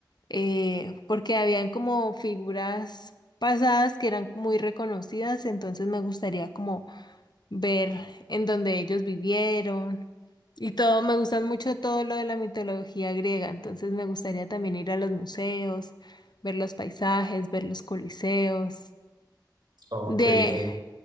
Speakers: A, on the left; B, on the right.
A: eh, porque habían como figuras pasadas que eran muy reconocidas, entonces me gustaría como ver en donde ellos vivieron y todo. Me gustan mucho todo lo de la mitología griega, entonces me gustaría también ir a los museos, ver los paisajes, ver los coliseos.
B: Oh,
A: De,
B: qué bien.